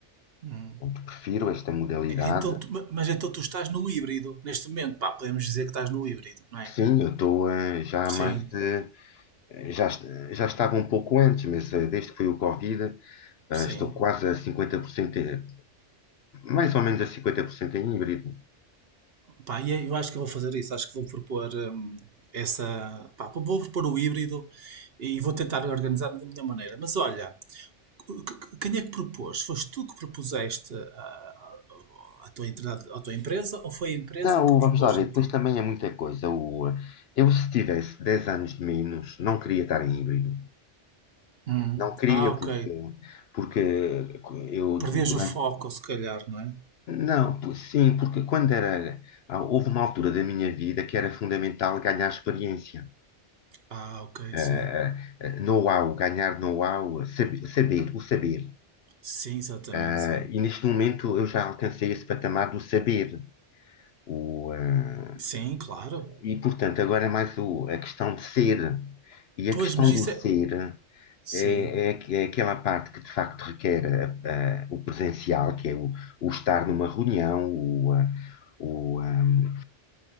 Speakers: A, on the right (about 55°); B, on the left (about 65°).
A: Hum.
B: Portanto, prefiro esta modalidade.
A: Então, tu- ma- mas então tu estás no híbrido neste momento, pá, podemos dizer que estás no híbrido, não é?
B: Sim, eu estou eh, já
A: Sim,
B: há mais de. Já, est- já estava um pouco antes, mas eh, desde que foi o Covid, eh,
A: sim.
B: estou quase a 50%, eh, mais ou menos a 50% em híbrido.
A: Pá, e é, eu acho que vou fazer isso, acho que vou propor hum, essa, pá, vou vou propor o híbrido e vou tentar organizar-me da minha maneira. Mas olha, c- c- quem é que propôs? Foste tu que propuseste ah, à tua, entidade- à tua empresa ou foi a empresa
B: Não,
A: que
B: vamos
A: propôs
B: lá ver,
A: a
B: depois
A: ti?
B: também é muita coisa. O, eh, eu, se tivesse 10 anos de menos, não queria estar em híbrido.
A: Hum.
B: Não queria,
A: Ah, ok.
B: porque, porque eu durante.
A: Perdias o foco, se calhar, não é?
B: Não, po- sim, porque quando era. ah, Houve uma altura da minha vida que era fundamental ganhar experiência.
A: Ah, ok,
B: Ah,
A: sim.
B: ah, know-how, ganhar know-how, saber, saber, o saber.
A: Sim, exatamente,
B: Ah,
A: sim.
B: e neste momento eu já alcancei esse patamar do saber. O, ah,
A: Sim, claro.
B: e portanto, agora é mais o- a questão de ser. E a
A: Pois,
B: questão
A: mas isso
B: do ser.
A: é. Sim,
B: É, é, é aquela parte que de facto requer ah, ah, o presencial, que é o, o estar numa reunião, o, ah, o, ah,